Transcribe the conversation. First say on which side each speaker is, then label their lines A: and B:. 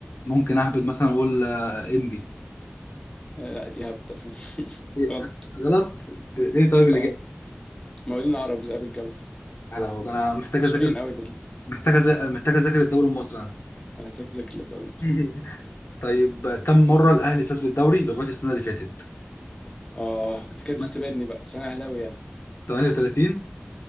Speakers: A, on the left (about 70°); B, on the left (about 20°).
A: ممكن اهبد مثلا اقول آه، انبي
B: آه لا دي هبدة <laughs>
A: إيه،
B: غلط
A: غلط ايه طيب اللي
B: اه
A: جاي
B: مقاولين العرب ذئاب الجبل
A: هلا هو ده انا محتاج
B: مشهورين
A: اذاكر
B: قوي
A: محتاج أذا- محتاج اذاكر الدوري المصري انا
B: محتاج ذاكر للدوري المصري
A: <laughs> طيب كم مرة الاهلي فاز بالدوري لغاية السنة اللي فاتت
B: اه انت كده
A: 38
B: بتختبرني بقى بس انا اهلاوي يعني
A: 38